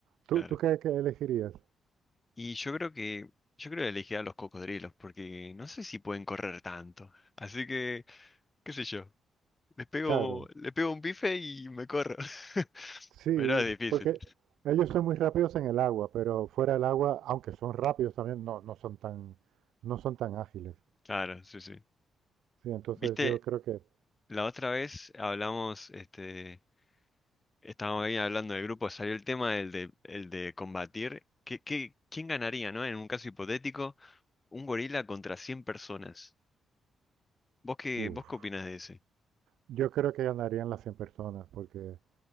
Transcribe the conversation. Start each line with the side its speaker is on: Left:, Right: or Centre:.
Right: ¿Tú,
Left: claro.
Right: tú qué, qué elegirías?
Left: Y yo creo que yo creo que elegiré a los cocodrilos porque no sé si pueden correr tanto. Así que, qué sé yo. Le pego,
Right: Claro,
Left: le pego un bife y me corro. <laughs>
Right: sí,
Left: Pero es difícil.
Right: porque ellos son muy rápidos en el agua, pero fuera del agua, aunque son rápidos también, no, no son tan, no son tan ágiles.
Left: Claro, sí, sí.
Right: Sí, entonces
Left: Viste,
Right: yo creo que...
Left: la otra vez hablamos, este, estábamos ahí hablando del grupo, salió el tema del de, el de combatir. ¿Qué, qué, quién ganaría, ¿no? En un caso hipotético, un gorila contra 100 personas. ¿Vos qué,
Right: Uf.
Left: vos qué opinás de ese?
Right: Yo creo que ganarían las 100 personas, porque